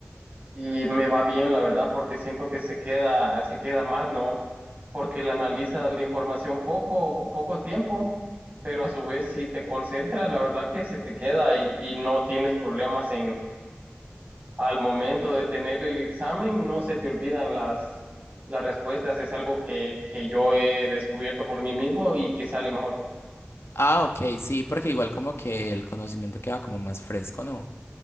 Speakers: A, on the right (about 35°); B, on the left (about 75°).
A: y me va bien, la verdad, porque siento que se queda, se queda más, ¿no? Porque la analiza la información poco, po- poco tiempo, pero a su vez si te concentras, la verdad que se te queda y, y no tienes problemas al momento de tener el examen no se te olvidan las, las respuestas. Es algo que, que yo he descubierto por mí mismo y que sale mejor.
B: Ah, ok, sí, porque igual como que el conocimiento queda como más fresco, ¿no?